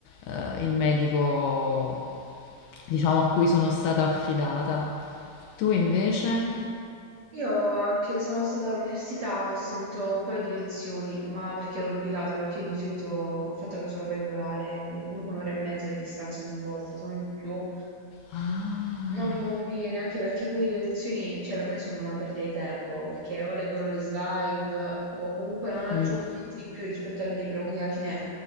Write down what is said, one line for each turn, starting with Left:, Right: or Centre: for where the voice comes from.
Left: eh, il medico, diciamo, a cui sono stata affidata. Tu invece?
Right: Io anche sono stata all'università, ho seguito un paio di lezioni, ma perché ero obbligata, perché di solito col fatto che sono pendolare ed è comunque un'ora e mezza di distanza ogni volta, sono di più,
Left: Ah,
Right: non mi conviene, anche perché poi le lezioni, cioè per me sono una perdita di tempo, perché o leggono le slide o comunque non aggiungono
Left: mm,
Right: niente di più rispetto al libro, quindi alla fine